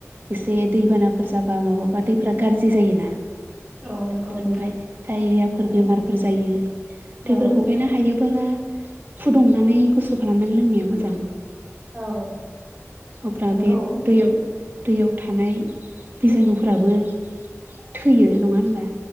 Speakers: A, on the right (about 35°); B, in the centre.
A: एसे दैबानाफोर जाबा माबाबा दैफोरा गाज्रि जायोना।
B: औ नंगौ
A: बेफोरनिफ्राय
B: नोंथां।
A: डायरियाफोर बेमारफोर जायो।
B: औ
A: बेफोरखौ ओंखायनो हायो हायोबोला फुदुंनानै गुसु खालामनानै लोंनाया मोजां।
B: औ
A: अब्ला
B: नंगौ
A: बे दैयाव दैयाव थानाय बिजानुफोराबो थैयो नङा होनबा?